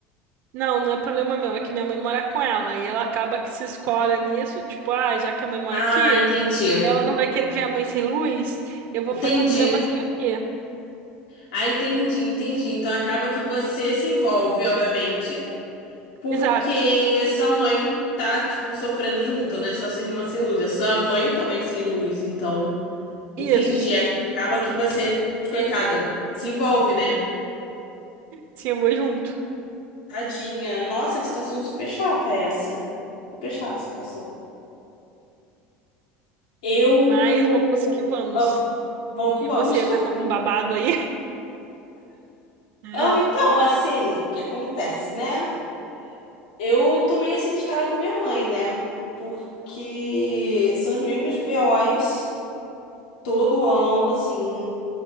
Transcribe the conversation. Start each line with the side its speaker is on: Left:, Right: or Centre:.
Right: Não, não é problema meu, é que minha mãe mora com ela e ela acaba que se escola nisso, tipo, ah, já que a mãe mora
Left: Ah,
Right: aqui,
Left: entendi.
Right: ela não vai querer ver a mãe sem luz, eu vou
Left: Entendi.
Right: fazer um dramazinho aqui.
Left: Ah, entendi, entendi. Então acaba que você se envolve, obviamente, porque
Right: Exato,
Left: sua mãe tá, tipo, sofrendo junto, né? Só sua irmã sem luz. A sua mãe também sem luz, então. Entendi.
Right: isso.
Left: Acaba que você, coitada, se envolve, né?
Right: Sim, eu vou junto.
Left: Tadinha. Nossa, que situação super chata essa. Super chata a situação. Eu.
Right: Mas vamos que vamos.
Left: Ah, vamos que
Right: E
Left: vamos.
Right: você, tá
Left: <laughs>
Right: com algum babado aí? <laughs>
Left: Ah, então, assim, o que acontece, né? Eu tomei assim de cara com a minha mãe, né? Porque são os mesmos BOs todo ano, assim,